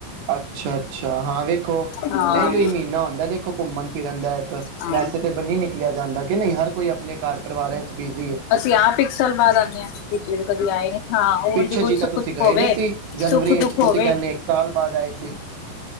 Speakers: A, on the right; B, on the left.
A: ਅੱਛਾ ਅੱਛਾ ਹਾਂ ਵੇਖੋ
B: ਹਾਂ
A: ਇਹੀਓ ਈ ਮੀਨਾ ਹੁੰਦਾ। ਦੇਖੋ ਘੁੰਮਣ ਫਿਰਨ ਦਾ ਇੱਕ
B: ਹਾਂ
A: ਵੈਸੇ ਤਾਂ ਬੰਨੀ ਨ ਲਿਆ ਜਾਂਦਾ ਕਿ ਨਹੀਂ ਹਰ ਕੋਈ ਆਪਣੇ ਘਰ ਪਰਿਵਾਰਾ ਚ ਬੀਜ਼ੀ ਹੈ।
B: ਪੇਆ ਪਿਕਸਲ ਬਾਅਦ ਆਨੇ ਆ। ਕਦੀ ਆਏ ਨੀ, ਹਾਂ ਓਂਜ
A: ਪਿੱਛੇ
B: ਸੁੱਖ-ਦੁੱਖ
A: ਜੀ ਤਾਂ ਤੁਸੀਂ ਗਏ
B: ਹੋਵੇ
A: ਦੇ ਸੀ
B: ਸੁੱਖ-ਦੁੱਖ
A: ਜਨਵਰੀ ਵਿੱਚ ਤੁਸੀਂ
B: ਹੋਵੇ।
A: ਕਹਿੰਦੇ ਇੱਕ ਸਾਲ ਬਾਅਦ ਆਏ ਸੀ